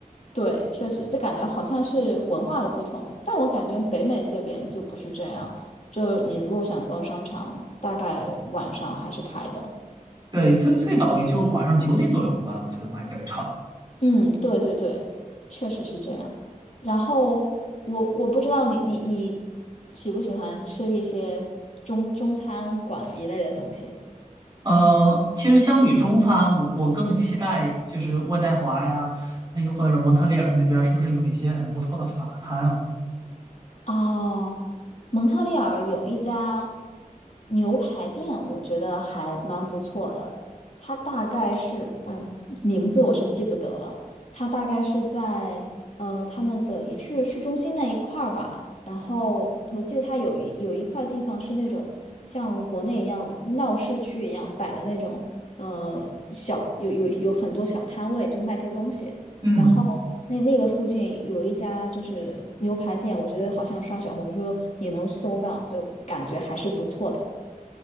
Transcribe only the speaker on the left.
对，确实，这感觉好像是文化的不同，但我感觉北美这边就不是这样。就你如果想逛商场，大概晚上还是开的。
嗯，对对对，确实是这样。然后我我不知道你你你喜不喜欢吃一些中中餐馆一类的东西。
哦，蒙特利尔有一家牛排店，我觉得还蛮不错的。它大概是，嗯，名字我是记不得了。它大概是在呃他们的也是市中心那一块儿吧。然后我记得它有一有一块地方是那种像国内一样闹市区一样摆的那种，呃，小有有有很多小摊位，就卖些东西。
然后那那个附近有一家就是牛排店，我觉得好像刷小红书也能搜到，就感觉还是不错的。